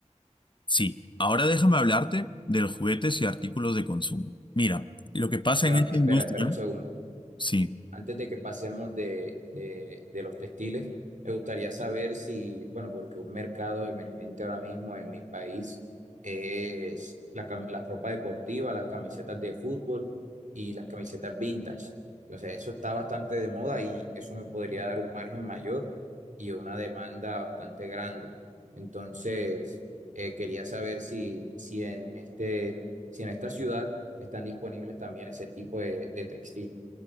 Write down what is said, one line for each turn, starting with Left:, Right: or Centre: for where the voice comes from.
Left: Sí. Ahora déjame hablarte de los juguetes y artículos de consumo. Mira, lo que pasa
Right: Bueno,
Left: en esta
Right: espera,
Left: industria,
Right: espera un segundo.
Left: sí.
Right: Antes de que pasemos de, de- de los textiles, me gustaría saber si, bueno, porque un mercado emergente ahora mismo en mi país es la, cam- la ropa deportiva, las camisetas de fútbol y las camisetas vintage. Entonces, eso está bastante de moda y eso me podría dar un margen mayor y una demanda bastante grande. Entonces, eh, quería saber si, si en este, si en esta ciudad están disponibles también ese tipo de, de textiles.